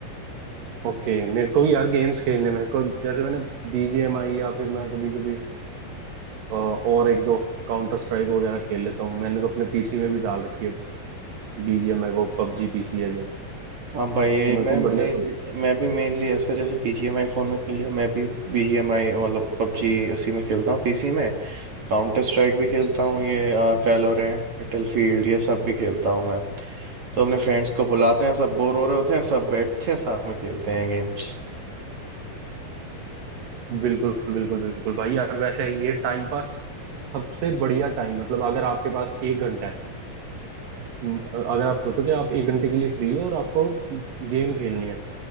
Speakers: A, on the right; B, on the right.
A: ओके मेरे को भी यार गेम्स खेलने मेरे को जैसे मैंने बीजीएमआई या फिर मैं कभी कभी और एक दो काउंटर स्ट्राइक वगैरह खेल लेता हूँ मैंने तो अपने पीसी में भी डाल रखी है बीजीएमआई वो पबजी पीसी है जो
B: हाँ भाई ये
A: तो मेरे
B: मैं
A: को
B: मेनली
A: बढ़िया तो
B: मैं भी मेनली ऐसा जैसे BGMI फ़ोन में खेल लिया मैं भी BGMI मतलब पबजी उसी में खेलता हूँ पीसी में काउंटर स्ट्राइक भी खेलता हूँ ये वैलोरेंट बैटलफील्ड ये सब भी खेलता हूँ मैं तो अपने फ्रेंड्स को बुलाते हैं सब बोर हो रहे होते हैं सब बैठते हैं साथ में खेलते हैं गेम्स
A: बिल्कुल बिल्कुल बिल्कुल भाई यार वैसे ये टाइम पास सबसे बढ़िया टाइम मतलब अगर आपके पास एक घंटा है अगर आप सोचो कि आप एक घंटे के लिए फ्री हो और आपको गेम खेलनी है